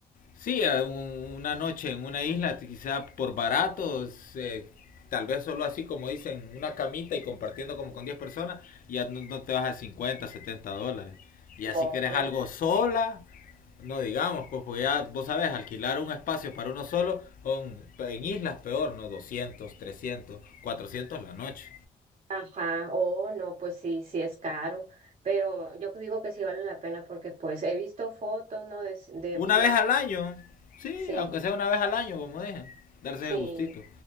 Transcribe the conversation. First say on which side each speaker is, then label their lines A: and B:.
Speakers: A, on the left (about 65°); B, on the right (about 45°).
A: Sí, a un- una noche en una isla, quizá por baratos, eh, tal vez solo así como dicen, una camita y compartiendo como con 10 personas, ya no, no te vas a 50, 70 dólares. Y así
B: No,
A: que eres
B: pues,
A: algo sola, no digamos, pues, pues ya vos sabés, alquilar un espacio para uno solo, son- en islas peor, ¿no? doscientos, trescientos, cuatrocientos la noche.
B: ajá, oh, no, pues sí, sí es caro, pero yo digo que sí vale la pena porque pues he visto fotos, ¿no? De, s- de
A: Una
B: playa,
A: vez al año, sí,
B: sí,
A: aunque sea una vez al año, como dije, darse
B: sí,
A: de gustito.